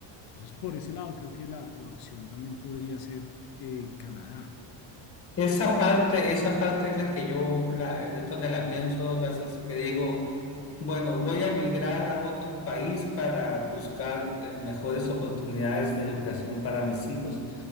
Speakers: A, on the left; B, on the left.
A: Entonces, por ese lado, creo que la, la opción también podría ser eh, Canadá.
B: Esa parte, esa parte es la que yo, la, es donde la pienso dos veces, que digo, bueno, voy a migrar a otro país para buscar eh, mejores oportunidades de educación para mis hijos,